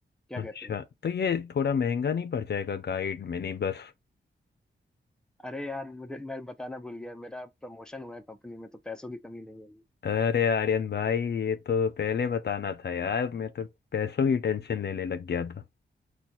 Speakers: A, in the centre; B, on the left (about 60°).
A: क्या कहते
B: अच्छा
A: हो
B: तो ये थोड़ा महंगा नहीं पड़ जाएगा गाइड मिनी बस
A: अरे यार मुझे मैं बताना भूल गया मेरा प्रमोशन हुआ है कंपनी में तो पैसों की कमी नहीं होगी
B: अरे आर्यन भाई ये तो पहले बताना था यार मैं तो पैसों की टेंशन लेने लग गया था